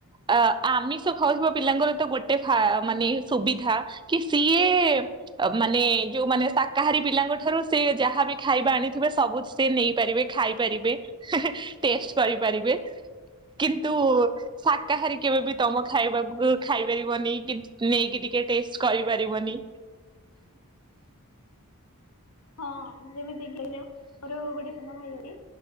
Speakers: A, on the right (about 20°); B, on the left (about 75°).
A: ଆ ଆମିଷ ଖାଉଥିବା ପିଲାଙ୍କର ତ ଗୋଟେ ଫା ଦା ମାନେ ସୁବିଧା କି ସିଏଏଏ <inaudible> ମାନେ ଯୋଉମାନେ ଶାକାହାରୀ ପିଲାଙ୍କ ଠାରୁ ସେ ଯାହାବି ଖାଇବା ଆଣିଥିବେ ସବୁ ସେ ନେଇ <inaudible> ପାରିବେ ଖାଇପାରିବେ, ହେଁ-ହେଁ ଟେଷ୍ଟ୍ କରିପାରିବେ। କିନ୍ତୁ ଶାକାହାରୀ କେବେ ବି ତମ ଖାଇବାକୁ ଖାଇ ପାରିବନି କି ନେଇକି ଟିକ୍ ଟିକେ ଟେଷ୍ଟ କରିପାରିବନି।
B: ହଁ ଯେମିତିକିନା ମୋର ଗୋଟେ ସାନ ଭାଇହରି